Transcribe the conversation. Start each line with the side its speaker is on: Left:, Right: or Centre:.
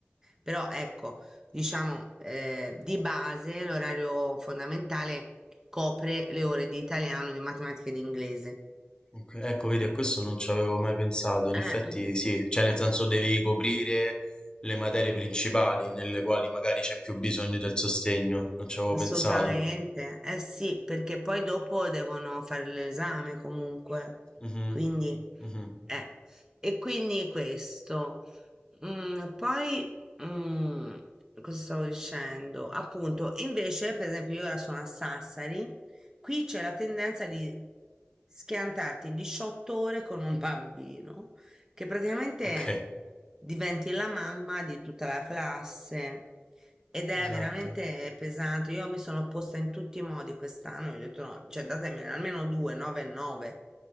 Right: Però ecco, diciamo, eh, di base l'orario fondamentale copre le ore di italiano, di matematica e di inglese.
Left: Ok, Ecco, vedi, a questo non ci avevo mai pensato. In
Right: Eh.
Left: effetti, sì, cioè, nel senso devi coprire le materie principali nelle quali magari c'è più bisogno del sostegno. Non ci avevo pensato.
Right: Assolutamente, eh sì, perché poi dopo devono fare l'esame comunque,
Left: Mhm,
Right: quindi,
Left: mhm.
Right: eh, e quindi questo. Mm, poi, mm, cosa stavo dicendo? Appunto, invece, per esempio, io ora sono a Sassari, qui c'è la tendenza di schiantarti 18 ore con un bambino che praticamente
Left: Ok,
Right: diventi la mamma di tutta la classe ed è
Left: esatto.
Right: veramente pesante. Io mi sono opposta in tutti i modi quest'anno, io ho detto no, cioè datemene almeno due, nove e nove,